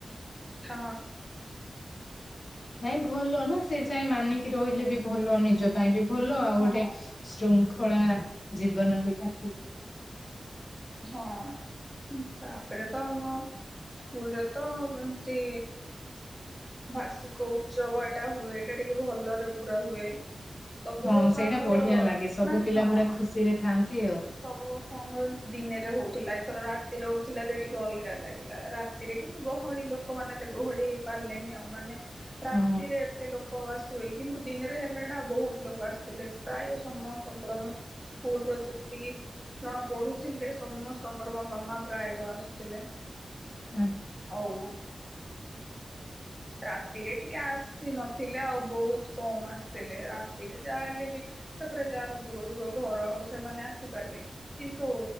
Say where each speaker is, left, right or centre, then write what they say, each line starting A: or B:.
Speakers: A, in the centre; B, on the left.
A: ହଁ।
B: ନାଇଁ ଭଲ ନା ସେ ଯାଏ ମାନିକି ରହିଲେ ବି ଭଲ ନିଜ ପାଇଁ ବି ଭଲ ଆଉ
A: ହଁ
B: ଗୋଟେ ଶୃଙ୍ଖଳା ଜୀବନ ବିିକା
A: ହଁ। ତାପରେ ତ ଆମ ସ୍କୁଲରେ ତ ଏମିତି ବାର୍ଷିକ ଉତ୍ସବ ଏଟା ହୁଏ ଏଇଟା ଟିକେ ଭଲ। ପୁରା ହୁଏ ସବୁ
B: ହଁ
A: ବର୍ଷ
B: ସେଇଟା
A: ଆମର
B: ବଢିଆ ଲାଗେ ସବୁ
A: ମାନେ
B: ପିଲା
A: ହଁ।
B: ପୁରା ଖୁସିରେ ଥାଆନ୍ତି ଆଉ
A: ସବୁ ବର୍ଷ ଆମର ଦିନେ ରହୁଥିଲା। ଏଥର ରାତି ରହୁଥିଲା ଯେ ଟିକେ ଅଲଗା ଲାଗିଲା ରାତିରେ କିନ୍ତୁ ଗହଳି ଲୋକମାନେ ତ ଗହଳି ପାରିଲେନି ଆଉ ମାନେ ରାତିରେ
B: ହଁ
A: ଏତେ ଲୋକ ଆସିବେକି କିନ୍ତୁ ଦିନରେ ହେଲା ଟା ବହୁତ ଲୋକ ଆସିଥିଲେ ପ୍ରାୟ ସମସ୍ତେ। ସମଙ୍କର ଆମ ସ୍କୁଲର ଯେତିକି ଜଣ ପଢୁଥିଲେ ସମସ୍ତଙ୍କର ବାପା ମା ପ୍ରାୟ ଆସୁଥିଲେ।
B: ହଁ।
A: ହଉ। ରାତିରେ। ଟିକେ ଆସି ନଥିଲେ ଆଉ ବହୁତ କମ ଆସିଥିଲେ ରାତିରେ ଯାହା ହେଲେ ବି ତାପରେ ଯାହାର ଦୂର ଦୂର ଘର ଆଉ ସେମାନେ ଆସିପାରିବେ କି କିନ୍ତୁ